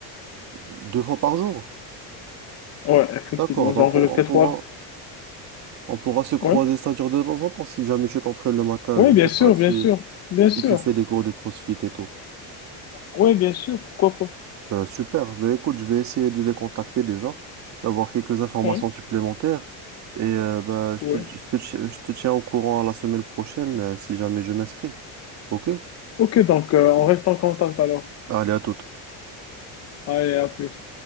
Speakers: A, on the right; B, on the left.
A: Deux fois par jour?
B: Ouais, effectivement.
A: D'accord, donc
B: Genre,
A: on,
B: je
A: on
B: fais
A: pourra,
B: trois.
A: on pourra se croiser,
B: Ouais.
A: c'est-à-dire de temps en temps, si jamais tu t'entraînes le matin,
B: Ouais,
A: je
B: bien
A: sais
B: sûr,
A: pas si...
B: bien sûr. Bien
A: Si
B: sûr.
A: tu fais des cours de CrossFit et tout.
B: Ouais, bien sûr. Pourquoi pas?
A: Euh, super. Ben, écoute, je vais essayer de les contacter déjà, d'avoir quelques informations
B: Ouais.
A: supplémentaires. Et euh, ben, je
B: Ouais.
A: te, je te, je te tiens au courant la semaine prochaine euh, si jamais je m'inscris. OK?
B: Ok, donc, euh, on reste en contact alors.
A: Allez, à toute.
B: Allez, à plus.